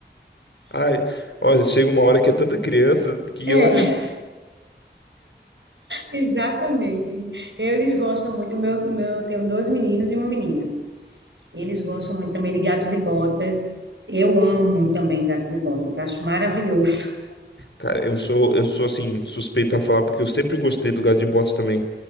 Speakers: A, on the left; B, on the right.
A: ai, olha, chega uma hora que é tanta criança que,
B: É,
A: olha,
B: exatamente. Eles gostam muito. Meu, meu, eu tenho dois meninos e uma menina. Eles gostam muito também de gato de botas. Eu amo também gato de botas. Acho maravilhoso. <laughs>
A: cara, eu sou, eu sou assim, suspeito a falar porque eu sempre gostei do gato de botas também.